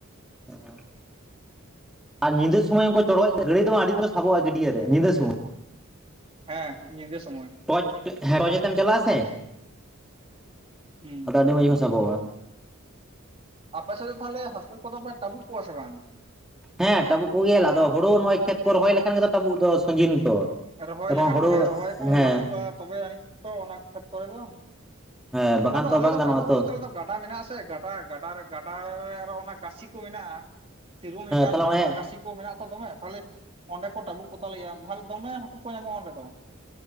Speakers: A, in the centre; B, on the right.
A: ᱦᱩᱸ᱾ ᱟᱨ ᱧᱤᱫᱟᱹ ᱥᱚᱢᱚᱭ ᱦᱚᱸᱠᱚ ᱪᱚᱲᱚᱡ ᱜᱟᱹᱲᱟᱹᱭ ᱫᱚ ᱟᱹᱰᱤ ᱫᱚ ᱵᱟᱝ ᱟᱹᱰᱤ ᱢᱚᱸ ᱥᱟᱵᱚᱜᱼᱟ ᱜᱰᱭᱟᱹᱨ ᱨᱮ ᱧᱤᱫᱟᱹ ᱥᱚᱢᱚᱭ᱾
B: ᱦᱮᱸ ᱦᱮᱸ ᱧᱤᱫᱟᱹ ᱥᱚᱢᱚᱭ᱾
A: ᱴᱚᱪ ᱦᱮᱸ ᱴᱚᱪᱛᱮᱢ ᱪᱟᱞᱟᱜᱼᱟ ᱥᱮ
B: ᱦᱩᱸ
A: ᱟᱫᱚ ᱟᱹᱰᱤ ᱢᱚᱸᱡᱽ ᱜᱮ ᱥᱟᱵᱚᱜᱼᱟ᱾
B: ᱟᱯᱮ ᱥᱮᱫ ᱫᱚ ᱛᱟᱦᱚᱞᱮ ᱦᱟᱹᱠᱩ ᱠᱚᱫᱚ ᱯᱮ ᱴᱟᱵᱩᱜ ᱠᱚᱣᱟ ᱥᱮ ᱵᱟᱝ?
A: ᱦᱮᱸ ᱴᱟᱵᱩᱜ ᱠᱚᱜᱮ ᱟᱫᱚ ᱦᱩᱲᱩ ᱱᱚᱜ ᱠᱷᱮᱛ ᱠᱚ ᱨᱚᱦᱚᱭ ᱞᱮᱠᱷᱟᱱ ᱜᱮ ᱟᱫᱚ ᱴᱟᱵᱩᱜ ᱫᱚ ᱥᱚᱸᱡᱤᱱ ᱛᱚ᱾
B: ᱨᱚᱦᱚᱭ
A: ᱮᱵᱚᱝ
B: ᱞᱮᱠᱷᱟᱱ
A: ᱦᱳᱲᱳ
B: ᱠᱚ ᱦᱮᱸ ᱨᱚᱦᱚᱭ ᱠᱚ
A: ᱦᱮᱸ
B: ᱞᱟᱹᱴᱩᱜᱼᱟ ᱛᱚᱵᱮ ᱟᱹᱱᱤᱡ ᱛᱚ ᱚᱱᱟ ᱠᱷᱮᱛ ᱠᱚᱨᱮ ᱫᱚ᱾
A: ᱦᱮᱸ ᱵᱟᱠᱷᱟᱱ
B: ᱟᱫᱚ ᱟᱞᱮ
A: ᱛᱚ ᱵᱟᱝ
B: ᱫᱚ
A: ᱜᱟᱱᱚᱜᱼᱟ
B: ᱴᱟᱵᱩᱜ
A: ᱛᱚ
B: ᱵᱚᱞᱛᱮ ᱜᱟᱰᱟ ᱢᱮᱱᱟᱜᱼᱟ ᱥᱮ ᱜᱟᱰᱟ, ᱜᱟᱰᱟ ᱨᱮ ᱜᱟᱰᱟ ᱟᱨᱦᱚᱸ ᱚᱱᱟ ᱠᱟᱥᱤ ᱠᱚ ᱢᱮᱱᱟᱜᱼᱟ, ᱥᱤᱨᱩᱢ ᱞᱮᱠᱟᱢ
A: ᱦᱮᱸ ᱛᱟᱦᱞᱮ
B: ᱢᱮᱱᱟᱜ
A: ᱚᱱᱮ
B: ᱚᱱᱟ ᱠᱟᱥᱤ ᱠᱚ ᱢᱮᱱᱟᱜ ᱟ ᱛᱚ ᱫᱚᱢᱮ ᱛᱟᱦᱞᱮ ᱚᱸᱰᱮ ᱠᱚ ᱴᱟᱵᱩᱜ ᱠᱚ ᱛᱟᱞᱮᱭᱟ ᱛᱟᱦᱚᱞᱮ ᱫᱚᱢᱮ ᱦᱟᱹᱠᱩ ᱠᱚ ᱧᱟᱢᱚᱜᱼᱟ ᱚᱸᱰᱮ ᱫᱚ᱾